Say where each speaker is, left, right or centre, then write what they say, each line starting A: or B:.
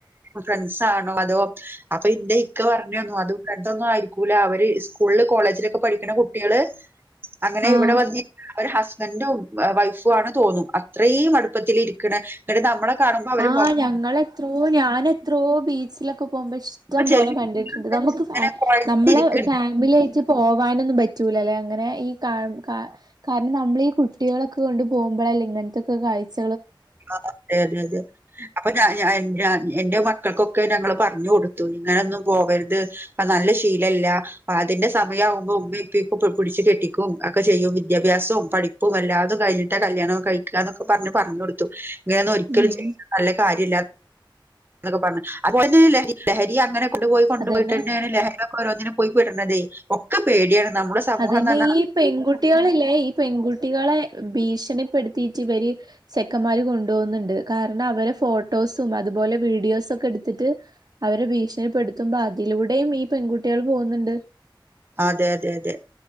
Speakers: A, on the right; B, on the right.
A: ഫ്രണ്ട്സാണോ അതോ അപ്പൊ ഇന്റെ ഇക്ക പറഞ്ഞു തന്നുഅത് ഫ്രണ്ടൊന്നും ആയിരിക്കൂല അവര് സ്കൂളിലും കോളേജിലൊക്കെ പഠിക്കുന്ന കുട്ടികള് അങ്ങനെ
B: ആഹ്
A: ഇവിടെ വന്നി ഒരു ഹസ്ബൻറും വൈഫും ആണ് തോന്നും അത്രയും അടുപ്പത്തി ഇരിക്കണ എന്നട്ട് നമ്മളെ കാണുമ്പോ അവര്
B: ആ
A: മുഖം
B: ഞങ്ങളെത്രോ ഞാനെത്രയോ ബീച്ചില് പോവു മ്പോഇഷ്ടം
A: ഇപ്പൊ
B: പോലെ
A: ചെല
B: കണ്ടിട്ടുണ്ട്
A: കുട്ടികളൊക്കെ
B: നമുക്ക്ഫാമിലി
A: ഇങ്ങനെ കൊഴഞ്ഞിരിക്കുന്നുണ്ട്
B: ആയിട്ട് പോകാനൊന്നും പറ്റൂല്യ അല്ലെ അങ്ങനെ ഈ കാ - കാ നമ്മളീഈ കുട്ടികളൊക്കെ കൊണ്ട് പോകുമ്പോഴല്ലേ ഇങ്ങനത്തൊക്കെ കാഴ്ച
A: ആ അതെ അതെ അതെ. അപ്പൊ ഞാൻ ഞാൻഎൻ ഞാൻ എൻ്റെ മക്കൾക്കൊക്കെ ഞങ്ങള് പറഞ്ഞു കൊടുത്തു, ഇങ്ങനെയൊന്നും പോകരുത് പ്പ നല്ല ശീലല്ല അതിന്റെ സമയമാവുമ്പോ ഉമ്മ ഇപ്പ ഈ പ്പ പി പിടിച്ച് കെട്ടിക്കും ഒക്കെ ചെയ്യും, വിദ്യാഭ്യാസവും, പഠിപ്പും എല്ലാതും കഴിഞ്ഞിട്ടാ കല്യാണം കഴിക്കുകന്നൊക്കെ പറഞ്ഞ് പറഞ്ഞു കൊടുത്തു. <unintelligible> ഞാൻ ഒരിക്കലും
B: ഉം
A: <inaudible> നല്ല കാര്യല്ല എന്നൊക്കെ പറഞ്ഞ് അപ്പോ നെ ലഹ ലഹരി അങ്ങനെ കൊണ്ടു പോയി, കൊണ്ടു
B: അതന്നെ
A: പോയി തന്നാണ് ലഹരിക്കെ ഒരൊന്നിനും പോയിപ്പെടണതെ, ഒക്കെ പേടിയാണ്. നമ്മുടെ സമൂഹംന്ന്
B: അതന്നെ
A: പറഞ്ഞാ
B: ഈ പെൺകുട്ടികളില്ലേ ഈ പെൺകുട്ടികളെ ഭീഷ ഭീഷണിപ്പെടുത്തി ഇവര് ചെക്കന്മാര് കൊണ്ട് പോകുന്നുണ്ട്, കാരണം അവ ഫോട്ടോസും അതുപോലെ വീഡിയോസും ഒക്കെ എടുത്തിട്ട് അവരെ ഭീണപ്പെടുത്തുമ്പോൾ അതിലൂ ടെയും ഈ പെൺകുട്ടികൾ പോകുന്നുണ്ട്.
A: അതെ അതെ അതെ